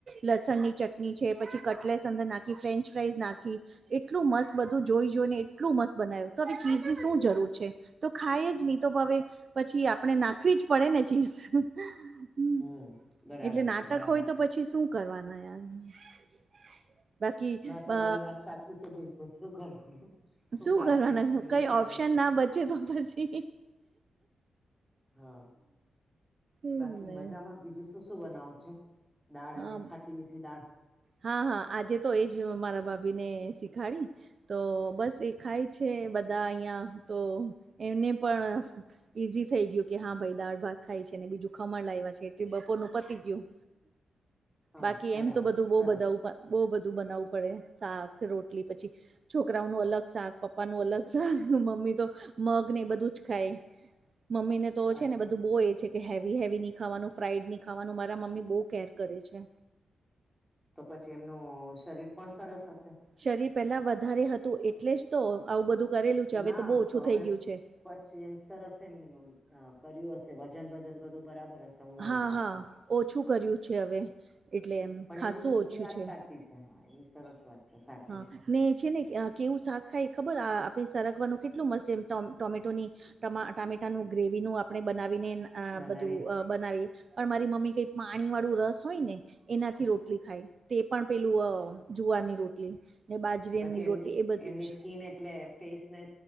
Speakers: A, on the right (about 45°); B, in the centre.
A: લસણની ચટની છે. પછી કટલેસ અંદર નાખી ફ્રેન્ચ ફ્રાઈઝ નાખી એટલું મસ્ત બધું જોઈ જોઈને એટલું મસ્ત બનાવ્યું તો હવે ચીજની શું જરૂર છે. તો ખાય જ નહી તો હવે પછી આપણે નાખવી જ પડે ને ચીઝ હમ્મ
B: હમ બરાબર
A: એટલે નાટક
B: છે બરાબર
A: હોય તો
B: છે
A: પછી શું કરવાના યાર બાકી
B: ના તમારી
A: અ
B: વાત સાચી છે. બિલકુલ શું કરવાનું
A: શું
B: ખાશે
A: કરવાનું
B: એ લોકો એવું
A: કઈ
B: થઈ
A: ઓપ્શન
B: જશે
A: ના બચે તો પછી
B: હા
A: એજ
B: બાકી
A: ને
B: મજામાં બીજું શું શું બનાવો છો દાળ
A: હા
B: અને ખાટી મીઠી દાળ
A: હા હા આજે તો એજ મારા ભાભી ને શીખાડી તો બસ એખાય છે. બધા અહીંયા તો એમને પણ ઈઝી થઈ ગયું કે હા ભાઈ દાળ ભાત ખાય છે ને બીજું ખમણ લાવ્યા છે એટલે બપોરનું પતી ગયું.
B: હા
A: બાકી
B: બરાબર
A: એમ તો બધું
B: સરસ
A: બોવ બધા બોવ બધું બનાવવું પડે શાક રોટલી પછી છોકરાઓનું અલગ શાક પપ્પા નું અલગ શાક મમ્મી તો મગ ને એ બધું જ ખાય. મમ્મી ને તો છે
B: અચ્છા
A: ને બધું બોવ એ છે કે હેવી હેવી ની ખાવાનું ફ્રાઈડ ની ખાવાનું મારા મમ્મી બોવ કેર કરે છે.
B: તો પછી એમનું શરીર પણ સરસ હશે.
A: શરીર પહેલાં વધારે હતું એટલે જ તો આવું બધું કરેલું છે હવે
B: ના
A: તો બહુ ઓછું
B: હવે
A: થઈ ગયું છે.
B: પછી એમ સરસ એમ કર્યું હશે વજન બજન બધું બરાબર હશે. ઉંમર
A: હા
B: હિસાબથી
A: હા ઓછું કર્યું છે હવે એટલે એમ
B: પણ
A: ખાસું
B: એમની
A: ઓછું
B: ઈ વાત
A: છે.
B: સાચી હા એ સરસ વાત છે સાચી
A: હા
B: છે.
A: ને છે ને કેવું શાક ખાય એ ખબર આ આપણે સરગવાનું કેટલું મસ્ત છે એમ ટ ટોમેટોની ટ ટામેટાનું ગ્રેવીનું આપણે બનાવીને આ
B: બનાવીએ
A: બધું બનાવી પણ મારી મમ્મી કઈ પાણી વાળું રસ હોય ને. એનાથી રોટલી ખાય તે પણ પેલું જુવારની રોટલી. ને બાજરીની
B: પછી
A: રોટલી
B: એમ
A: એ બધું
B: એમની
A: જ.
B: સ્કીિન એટલે ફેસને